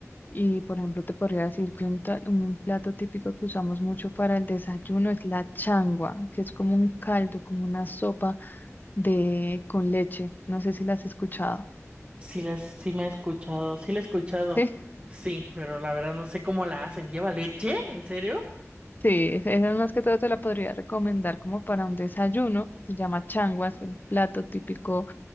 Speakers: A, on the left; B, on the right.
A: y, por ejemplo, te podría decir que un, ta- un plato típico que usamos mucho para el desayuno es la changua, que es como un caldo, como una sopa de con leche. No sé si la has escuchado.
B: Sí, les, sí me he escuchado, sí la he escuchado.
A: <laughs>
B: Sí, pero la verdad no sé cómo la hacen. ¿Lleva leche? ¿En serio?
A: Sí, esa esa más que todo te la podría recomendar como para un desayuno. Se llama changuas, el plato típico